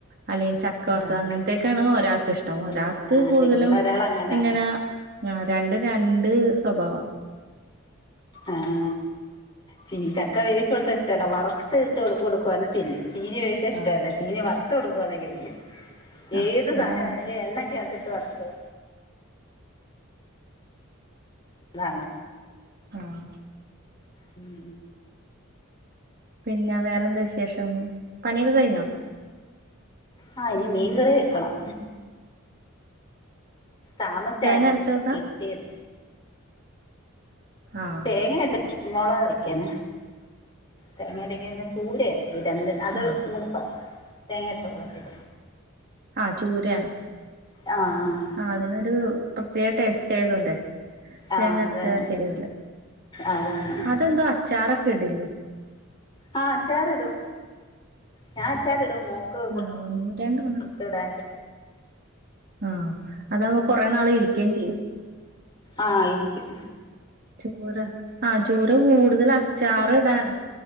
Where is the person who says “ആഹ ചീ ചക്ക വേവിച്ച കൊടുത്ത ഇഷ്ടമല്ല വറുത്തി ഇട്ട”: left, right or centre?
Left